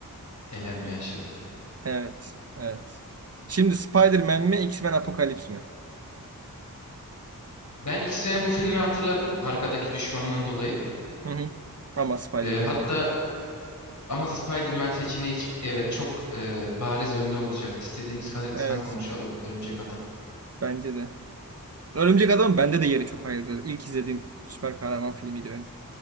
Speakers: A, on the left; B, on the right.
A: elenme yaşadı.
B: Evet. Evet. Şimdi Spider-Man mi X-Men Apokalips mi?
A: Ben X-Men'in bu filmini hatırladım. Arkadaki düşmandan dolayı.
B: Hı hı. Ama Spider-Man
A: E, hatta
B: yani.
A: Ama Spider-Man seçeneği hiç evet çok e, bariz önde olacak. İstediğimiz kadar X-Men
B: Evet.
A: konuşalım, Örümcek Adam.
B: Bence de. Örümcek Adam bende de yeri çok ayrıdır. İlk izlediğim süper kahraman filmiydi benim.